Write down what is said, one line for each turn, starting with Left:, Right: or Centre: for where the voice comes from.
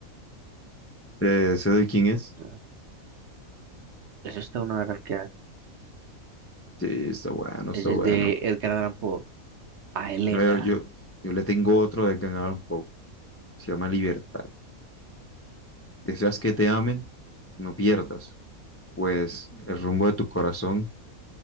Left: eh, ¿eso de quién es?
Right: No, Eso está una garraquera.
Left: Sí, está bueno, está
Right: Ese
Left: bueno.
Right: es de Edgar Allan Poe. A Elena.
Left: Mira, yo, yo, yo le tengo otro de Gangnam Pop, se llama Libertad. Deseas que te amen, no pierdas, pues el rumbo de tu corazón,